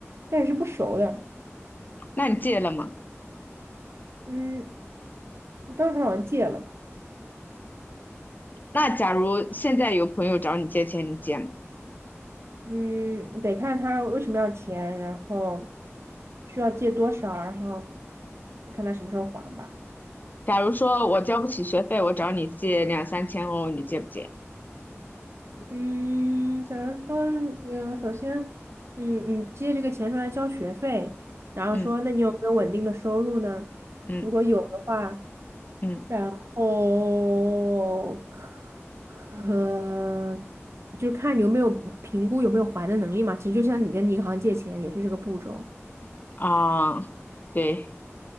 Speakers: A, on the right (about 65°); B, on the left (about 40°).
A: 但也是不熟的，
B: 那你借了吗？
A: 嗯，我当时好像借了，
B: 那假如现在有朋友找你借钱，你借吗？
A: 嗯，得看他为什么要钱，然后需要借多少，然后看他什么时候还吧。
B: 假如说我交不起学费，我找你借两三千欧，你借不借？
A: 嗯，假如说，呃，首先，嗯，你借这个钱出来交学费，然后说，
B: 嗯
A: 那你有没有稳定的收入呢？
B: 嗯
A: 如果有的话，
B: 嗯。
A: 然后可可就看你有没有评估有没有还的能力嘛。其实就像你跟银行借钱也是这个步骤。
B: 啊，对，